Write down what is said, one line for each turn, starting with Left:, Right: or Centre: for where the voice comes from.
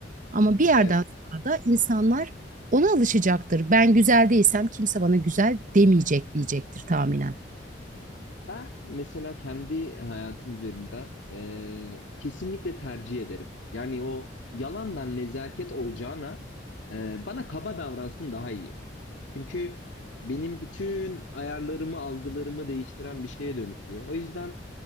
Right: Ama bir yerden
Left: Evet.
Right: sonra da insanlar ona alışacaktır. Ben güzel değilsem kimse bana güzel demeyecek diyecektir tahminen.
Left: Ben mesela kendi hayatım üzerinde e, kesinlikle tercih ederim. Yani o yalandan nezaket olacağına e, bana kaba davransın daha iyi. Çünkü benim bütün ayarlarımı, algılarımı değiştiren bir şeye dönüşüyor. O yüzden